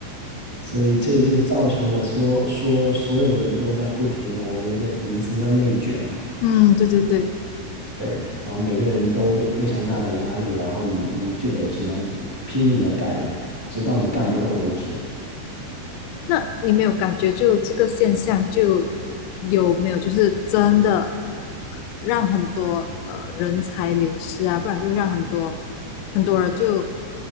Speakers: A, on the right; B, on the left.
A: 所以这就造成了说说所有人都在不停的，我们有一个名词叫内卷嘛，
B: 嗯，对对对，
A: 对，然后每个人都非常大的压力，然后你你就得只能拼命的干，直到你干不动为止。
B: 那你没有感觉就这个现象就有没有就是真的呃让很多呃人才流失啊，不然就让很多很多人就